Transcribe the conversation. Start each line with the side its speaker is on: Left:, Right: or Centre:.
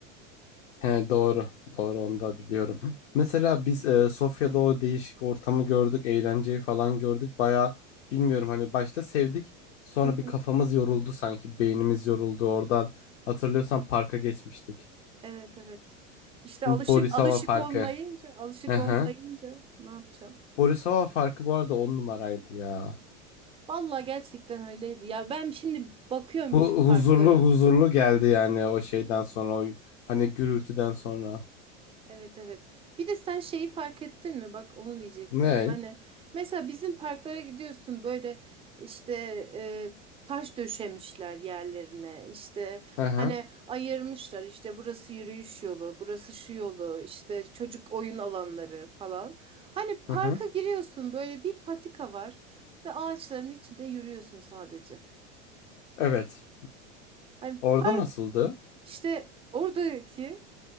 Left: He doğru. Doğru onu da biliyorum. Mesela biz e, Sofya'da o değişik ortamı gördük. Eğlenceyi falan gördük. Baya bilmiyorum hani başta sevdik. Sonra
Right: Hı hı.
Left: bir kafamız yoruldu sanki. Beynimiz yoruldu oradan. Hatırlıyorsan parka geçmiştik.
Right: Evet evet. İşte alışık
Left: Borisova
Right: alışık
Left: farkı.
Right: olmayınca, alışık
Left: Hı hı.
Right: olmayınca ne yapacaksın?
Left: Borisova farkı bu arada on numaraydı ya.
Right: Vallahi gerçekten öyleydi. Ya ben şimdi bakıyorum
Left: Bu
Right: bizim parklara.
Left: huzurlu huzurlu geldi yani o şeyden sonra. O, hani gürültüden sonra.
Right: Evet evet. Bir de sen şeyi fark ettin mi? Bak onu diyecektim.
Left: Ne?
Right: Hani mesela bizim parklara gidiyorsun böyle işte e, taş döşemişler yerlerine. İşte
Left: Hı hı.
Right: hani ayırmışlar işte burası yürüyüş yolu, burası şu yolu, işte çocuk oyun alanları falan. Hani parka
Left: Hı hı.
Right: giriyorsun böyle bir patika var ve ağaçların içinde yürüyorsun sadece.
Left: Evet.
Right: Hani
Left: Orada
Right: park
Left: nasıldı?
Right: işte oradaki